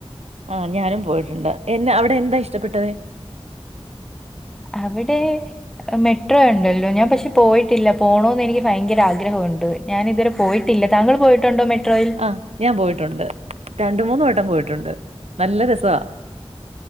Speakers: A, on the right; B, in the centre.
A: ആ ഞാനും പോയിട്ടുണ്ട്. എന അവിടെ എന്താ ഇഷ്ടപ്പെട്ടത്?
B: അവിടെ മെട്രോ ഉണ്ടല്ലോ. ഞാൻ പക്ഷെ പോയിട്ടില്ല. പോണോന്ന് എനിക്ക് ഭയങ്കര ആഗ്രഹമുണ്ട്. ഞാൻ ഇതുവരെ പോയി ട്ടില്ല. താങ്കൾ പോയിട്ടുണ്ടോ മെട്രോയിൽ?
A: ആഹ് ഞാൻ പോയിട്ടുണ്ട്. രണ്ടു മൂന്ന് വട്ടം പോയിട്ടുണ്ട്. നല്ല രസാ